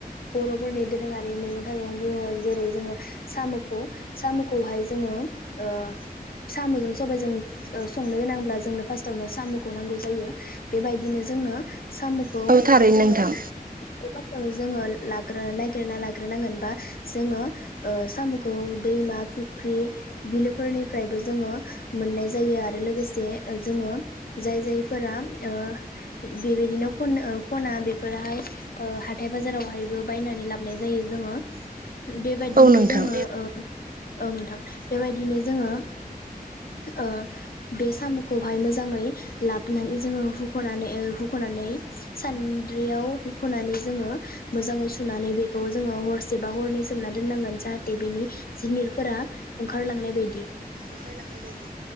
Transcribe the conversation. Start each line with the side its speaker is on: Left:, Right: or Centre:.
Left: बर'फोरनि दोरोङारि मैगं थाइगं बुङो जेरै जोङो साम'खौ। साम'खौहाय जोङो ओ साम'जों सबायजों ओ संनो गोनांब्ला जोंनो फार्स्टआवनो साम'खौ नांगौ जायो बेबायदिनो जोंनो साम'खौ।
Right: औ थारैनो नोंथां।
Left: <unintelligible> जोङो लाग्रो। गेरना लाग्रोनांगोन बा जोङो ओ साम'खौ दैमा फुख्रि। बिलोफोरनिफ्रायबो जोङो मोननाय जायो आरो लोगोसे ओ जोङो। जाय जायफोरा ओ बेबायदिनो खननो ओ। खनो बेफोरहाय ओ हाथाय बाजारावहायबो बायनानै लाबाय। जायो जोङो बेबायदिनो
Right: औ नोंथां
Left: जोङो औ नोंथां बेबायदिनो जोङो। ओ बे साम'खौहाय मोजाङै लाबनानै जोङो हुख'नानै ओ हु ख'नानै सान्द्रियाव हुख'नानै जोङो मोजाङै सुनानै बेख खौ जोङो हरसे बा हरनै सोमना दोननांगोन जाहाथे बेनि जिनिरफोरा ओंखारलांनाय बायदि।
Right: ओंखारलांनाय बायदि